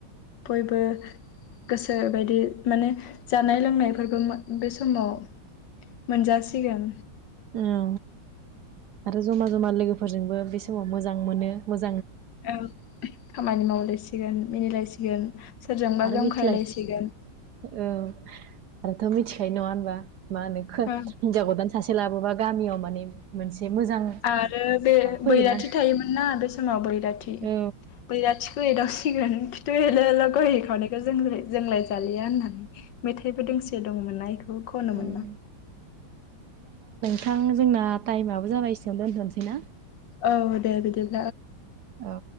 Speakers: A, on the left; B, on the right.
A: बयबो गोसो बायदि माने जानाय लोंनायफोरबो बे समाव मोनजा सिगोन।
B: औ। आरो जमा जमा लोगोफोरजोंबो बे समाव मोजां मोनो मोज
A: औ खामानि मावलायसि सिगोन मिनिलायसिगोन सोरजोंबा
B: आरो
A: जंखायलायसिगोन।
B: मिथिलाय औ आरोथ' मिथिखायो नङा होनबा? मा होनो खो
A: ओं
B: हिनजाव गोदान स सासे लाबोबा गामियाव माने मोनसे मोजां
A: आरो बे
B: फैयोना
A: बैराथि थायोमोन ना बे समाव बैराथि
B: औ
A: बैराथिखौ एदावसि सिगोन खिथु एल' एल' गय खावनायखौ जों जोंलाय जालिया होननानै। मेथाइबो दोंसे दंमोन्ना इखौ
B: उम
A: खनोमोन्ना।
B: थां जोंना टाइम आबो जाबाय एसेयावनो दोनथ'नोसैना?
A: औ दे बिदिब
B: औ।